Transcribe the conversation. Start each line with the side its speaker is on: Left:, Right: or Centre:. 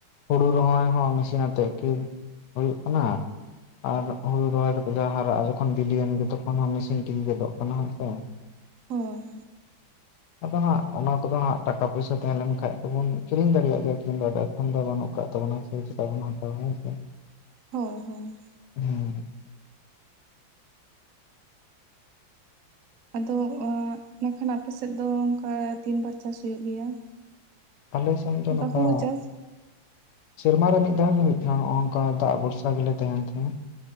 Left: ᱦᱩᱲᱩ ᱨᱚᱦᱚᱭ ᱦᱚᱸ ᱢᱮᱥᱤᱱ ᱟᱛᱮᱫ ᱠᱷᱤᱨ ᱦᱩᱭᱩᱜ ᱠᱟᱱᱟ᱾ ᱟᱨ ᱦᱩᱲᱩ ᱨᱚᱦᱚᱭ ᱠᱟᱛᱮ ᱡᱟᱦᱟᱸ ᱦᱟᱨᱟᱜᱼᱟ ᱡᱚᱠᱷᱚᱱ ᱵᱤᱞᱞᱤᱭᱮᱱ ᱜᱮ ᱛᱚᱠᱷᱚᱱ ᱦᱚᱸ ᱢᱮᱥᱤᱱ ᱛᱮᱜᱮ ᱜᱮᱫᱚᱜ ᱠᱟᱱᱟ ᱦᱮᱸᱥᱮ᱾
Right: ᱦᱳᱭ ᱦᱳᱭ᱾
Left: ᱟᱫᱚ ᱦᱟᱸᱜ ᱚᱱᱟ ᱠᱚᱫᱚ ᱦᱟᱸᱜ ᱴᱟᱠᱟ ᱯᱚᱭᱥᱟ ᱛᱟᱦᱮᱸ ᱞᱮᱱ ᱠᱷᱟᱱᱡ ᱫᱚᱵᱚᱱ ᱠᱤᱨᱤᱧ ᱫᱟᱲᱮᱭᱟᱜ ᱜᱮᱭᱟ ᱠᱤᱱᱛᱩᱫᱚ ᱮᱠᱷᱚᱱ ᱫᱚ ᱵᱟᱹᱱᱩᱜ ᱠᱟᱜ ᱛᱟᱵᱚᱱᱟ᱾ <inaudible>
Right: ᱦᱳᱭ ᱦᱳᱭ᱾
Left: ᱦᱩᱸ᱾
Right: ᱟᱫᱚ ᱤᱠᱷᱟᱱ ᱟᱯᱮᱮᱥᱮᱫ ᱫᱚ ᱚᱱᱠᱟ ᱛᱤᱱ ᱵᱟᱨ ᱪᱟᱥ ᱦᱩᱭᱩᱜ ᱜᱮᱭᱟ?
Left: ᱟᱞᱮ ᱥᱮᱱ ᱫᱚ
Right: ᱚᱱᱠᱟ
Left: ᱱᱚᱝᱠᱟ᱾
Right: ᱦᱩᱲᱩ ᱪᱟᱥ
Left: ᱥᱮᱨᱢᱟᱨ ᱨᱮ ᱢᱤᱫ ᱫᱷᱟᱣ ᱜᱮ ᱦᱩᱭᱩᱜ ᱛᱟᱦᱮᱱᱟ ᱱᱚᱜ ᱱᱚᱝᱠᱟ ᱫᱟᱜ ᱵᱷᱚᱨᱥᱟ ᱜᱮᱞᱮ ᱛᱟᱦᱮᱱ ᱛᱟᱦᱮᱸᱱᱟ᱾